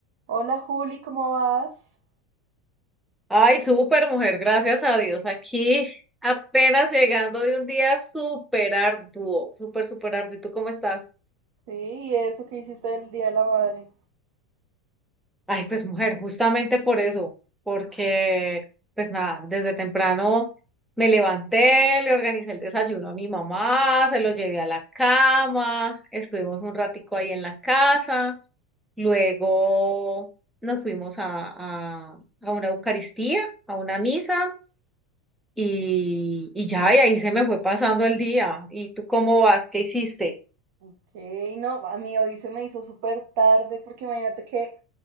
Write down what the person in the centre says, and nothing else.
Ay, súper mujer, gracias a Dios. Aquí apenas llegando de un día súper arduo, súper, súper arduo. ¿Y tú cómo estás?
Ay, pues mujer, justamente por eso, porque pues nada, desde temprano me levanté, le organicé el desayuno a mi mamá, se lo llevé a la cama, estuvimos un ratico ahí en la casa, luego nos fuimos a, a a una Eucaristía, a una misa. Y, y ya, y ahí se me fue pasando el día. ¿Y tú cómo vas? ¿Qué hiciste?